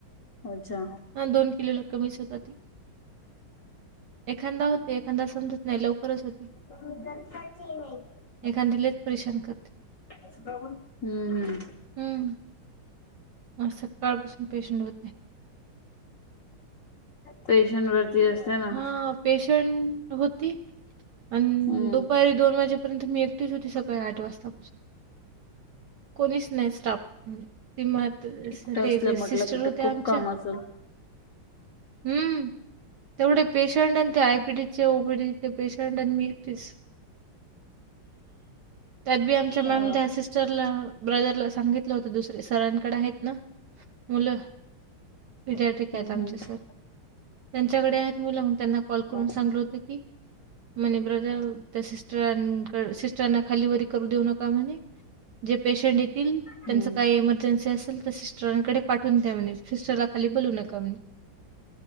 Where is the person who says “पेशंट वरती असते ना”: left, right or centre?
Left